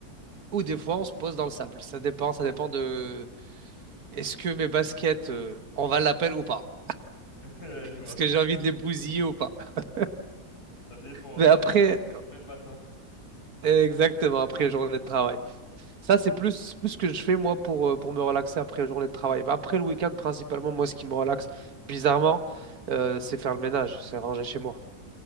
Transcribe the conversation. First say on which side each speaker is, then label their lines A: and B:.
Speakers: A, on the right (about 65°); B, on the left (about 80°).
A: Ou des fois, on se pose dans le sable. Ça dépend, ça dépend de est-ce que mes baskets, euh, on va l'appel ou pas?
B: <laughs> Ouais, Je vois.
A: Est-ce que j'ai envie de les bousiller ou pas? <laughs>
B: Ça dépend,
A: Mais
B: ça
A: après,
B: dépend ce que tu mets le matin.
A: exactement, après une journée de travail. Ça, c'est plus, plus ce que je fais, moi, pour, euh, pour me relaxer après la journée de travail. Bah, Après le week-end, principalement, moi, ce qui me relaxe, bizarrement, euh, c'est faire le ménage, c'est ranger chez moi.